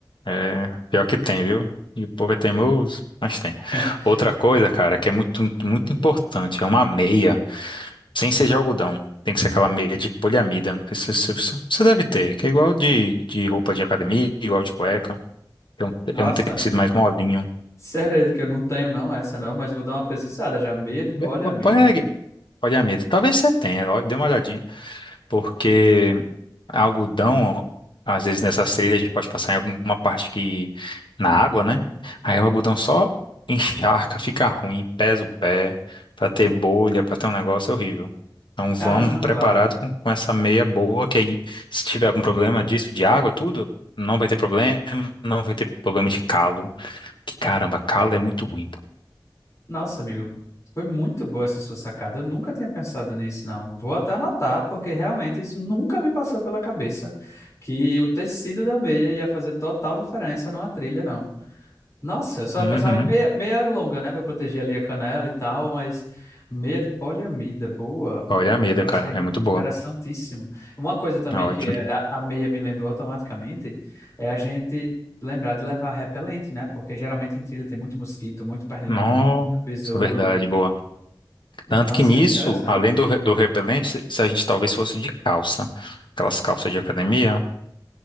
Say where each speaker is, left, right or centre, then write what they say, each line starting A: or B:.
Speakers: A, on the left; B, on the left.
A: É, pior que tem, viu? E o povo é teimoso, mas tem.
B: <laughs>
A: Outra coisa, cara, que é muito, muito importante, é uma meia, sem ser de algodão. Tem que ser aquela meia de poliamida. Não sei se- se- se- Você deve ter, que é igual de, de roupa de academia, igual de cueca. É um,
B: Nossa,
A: é um tecido mais molinho.
B: segredo que eu não tenho não, essa não, mas vou dar uma pesquisada já, meia de poliamida.
A: Ve- Pode, pode, Talvez você tenha, ó, dê uma olhadinha. Porque. algodão, às vezes nessas trilhas a gente pode passar em alguma parte que na água, né? Aí o algodão só encharca, fica ruim, pesa o pé, pra ter bolha, pra ter um negócio é horrível. Então vamos
B: Caramba.
A: preparado com, com essa meia boa, que aí se tiver algum problema disso, de água, tudo, não vai ter problema, não vai ter problema de calo. Que caramba, calo é muito ruim, pô.
B: Nossa, amigo, foi muito boa essa sua sacada, eu nunca tinha pensado nisso não. Vou até anotar, porque realmente isso nunca me passou pela cabeça, que o tecido da meia ia fazer total diferença numa trilha, não. Nossa, eu só
A: Uhum.
B: pensava em meia, meia longa, né? Pra proteger ali a canela e tal, mas meia de poliamida, boa.
A: Olha
B: Eu,
A: a meia,
B: eu achei
A: cara, é muito boa.
B: interessantíssimo. Uma coisa também
A: Ótimo.
B: que é, a, a meia me lembrou automaticamente é a gente lembrar de levar repelente, né? Porque geralmente em trilha tem muito mosquito, muito pernilongo,
A: Nossa,
B: muito besouro.
A: verdade, boa.
B: Então
A: Tanto que
B: seria
A: nisso,
B: interessante.
A: além do, re- do repelente, se se a gente talvez fosse de calça, aquelas calças de academia,